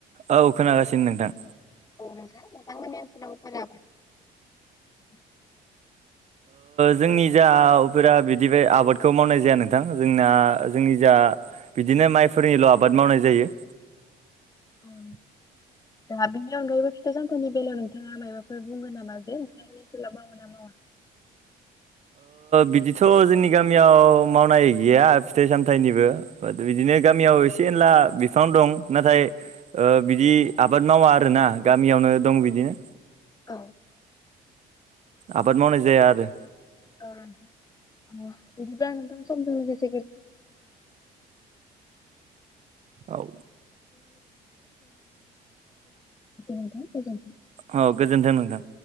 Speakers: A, on the right; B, on the left.
A: औ खोनागासिनो नोंथां
B: औ नोंथा <unintelligible>
A: जोंनि जाफोरा बिदिबाय आबादखौ मावनाय जाया नोंथां जोंना जोंनि जा बिदिनो माइफोरनिल' आबाद मावनाय जायो। <inaudible>
B: औ दा बेनि अनगायैबो फिथाइ सामथाइनि बेलायाव नोंथाङा माबाफोर बुंगोन नामा बेेफ्राय बेखौ लाबा मोना नामा
A: बिदिथ' जोंनि गामियाव मावनाय गैया फिथाइ सामथाइनिबो बाद बिदिनो गामियाव एसे एनला बिफां दं नाथाय ओ बिदि आबाद मावा आरोना गामियावनो दं बिदिनो
B: औ
A: आबाद मावनाय जाया आरो
B: औ बिदिब्ला नोंथां सम सम बिदि <unintelligible>
A: औ
B: <unintelligible> गोजोनथों
A: औ गोजोन्थों नोंथां